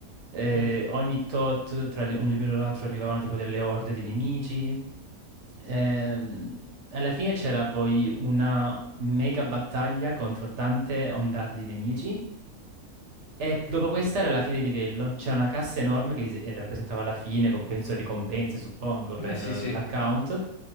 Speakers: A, on the right; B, on the left.
A: eh,
B: Mm.
A: ogni tot tra le- un livello e l'altro arrivavano tipo delle orde di nemici. Ehm, alla fine c'era poi una- mega battaglia contro tante ondate di nemici. E dopo questa era la fine del livello. C'era una cassa enorme che eh, rappresentava la fine, compenso e ricompense, suppongo,
B: Vabbè,
A: per
B: sì,
A: eh,
B: sì.
A: l'account.